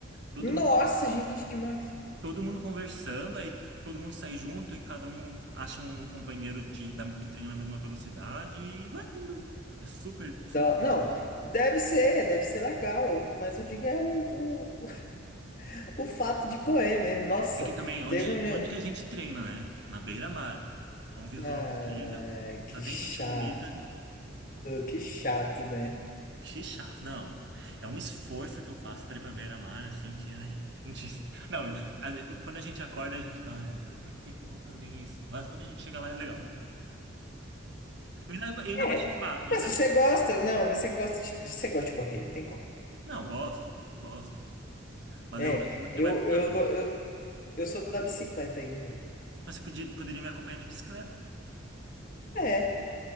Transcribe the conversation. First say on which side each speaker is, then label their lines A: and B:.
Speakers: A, on the right; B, on the left.
A: todo
B: Nossa,
A: mundo
B: gente, demais.
A: todo mundo conversando, aí todo mundo sai junto e cada um acha um companheiro de, da- que treina na mesma velocidade e vai indo. É super,
B: Dó-
A: super legal.
B: Não, deve ser, deve ser legal, mas eu digo é o, o, <laughs> o fato de correr mesmo. Nossa,
A: E Aqui também, onde,
B: teve um.
A: onde que a gente treina, né? Na beira-mar. É um visual
B: Ai,
A: incrível,
B: que
A: só tem
B: chato,
A: gente bonita.
B: que chato, né?
A: Que chato. Não, é um esforço que eu faço para ir para beira-mar, assim, que, ai, <laughs> não, não, a- quando a gente acorda, a gente tá, ai meu Deus, pra que que eu vou fazer isso? Mas quando a gente chega lá, é legal. Eu ainda, eu ainda vou
B: É,
A: te levar, ainda...
B: Mas você gosta, não, mas você gosta de, de- você gosta de correr, não tem como.
A: Não, gosto, gosto. Mas
B: É,
A: eu acho que você
B: eu,
A: vai gostar
B: eu,
A: também.
B: go- eu, eu sou da bicicleta ainda.
A: Mas você podia, poderia me acompanhar de bicicleta.
B: É,